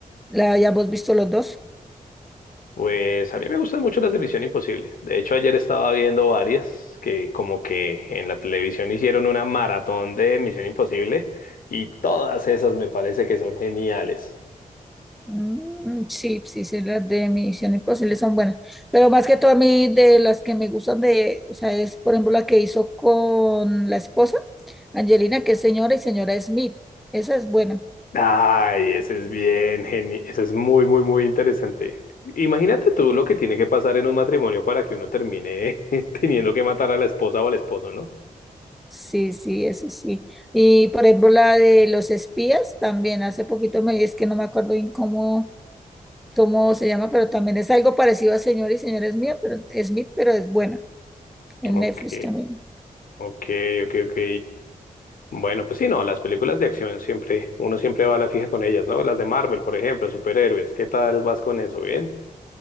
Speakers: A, in the centre; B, on the left.
A: la hayamos visto los dos.
B: Pues a mí me gustan mucho las de Misión Imposible. De hecho, ayer estaba viendo varias que como que en la televisión hicieron una maratón de Misión Imposible y todas esas me parece que son geniales.
A: Mm, Sí, sí, sí, las de Misión Imposible son buenas, pero más que todo a mí de las que me gustan de, o sea, es por ejemplo la que hizo con la esposa, Angelina, que es señora y señora Smith, esa es buena,
B: Ay, ese es bien genial, ese es muy, muy, muy interesante. Imagínate tú lo que tiene que pasar en un matrimonio para que uno termine <laughs> teniendo que matar a la esposa o al esposo, ¿no?
A: sí, sí, eso sí, y por ejemplo la de los espías también, hace poquito me, es que no me acuerdo bien cómo, cómo se llama, pero también es algo parecido a señora y señora Smith, pero, Smith, pero es buena, en
B: Ok,
A: Netflix también.
B: ok, ok, ok. Bueno, pues sí, no, las películas de acción siempre, uno siempre va a la fija con ellas, ¿no? Las de Marvel, por ejemplo, superhéroes, ¿qué tal vas con eso? ¿Bien?